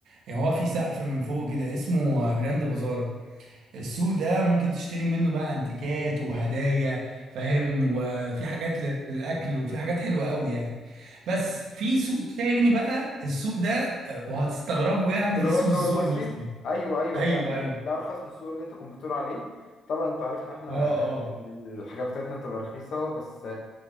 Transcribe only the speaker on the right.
يعني هو في سقف من فوق كده اسمه جراند بازار السوق ده ممكن تشتري منه بقى انتيكات وهدايا فاهم وفي حاجات للاكل وفي حاجات حلوه قوي يعني بس
في سوق تاني بقى السوق ده آه، وهتستغربوا يعني
<laughs> اسمه
السوق
المصري
ايوه
ايوه
اه اه